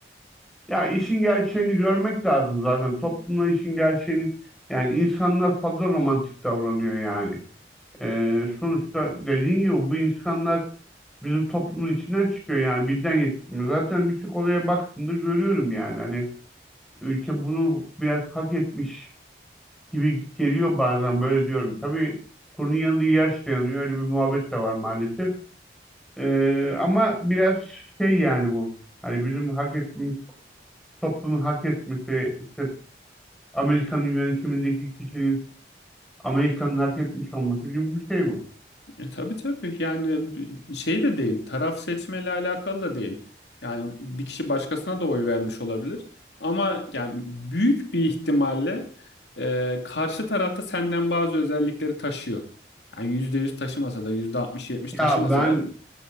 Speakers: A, in the centre; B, on the left.
A: Ya işin gerçeğini görmek lazım zaten toplumda işin gerçeğini yani insanlar fazla romantik davranıyor yani. E, sonuçta dediğin gibi bu insanlar bizim toplumun içinden çıkıyor yani birden yetişmiyor. Zaten birçok olaya baktığımda görüyorum yani hani Ülke bunu biraz hak etmiş gibi geliyor bazen böyle diyorum. Tabii kurunun yanında yaş dayanıyor. Öyle bir muhabbet de var maalesef. Ee, ama biraz şey yani bu. Hani bizim hak etmemiz, toplumun hak etmesi, işte Amerika'nın yönetimindeki kişinin Amerika'nın hak etmiş olması gibi bir şey bu.
B: E, tabii tabii yani şey de değil taraf seçmeyle alakalı da değil. Yani bir kişi başkasına da oy vermiş olabilir. Ama yani büyük bir ihtimalle e, karşı tarafta senden bazı özellikleri taşıyor. Yani %100 taşımasa da yüzde altmış 70 taşımasa
A: Ya ben
B: da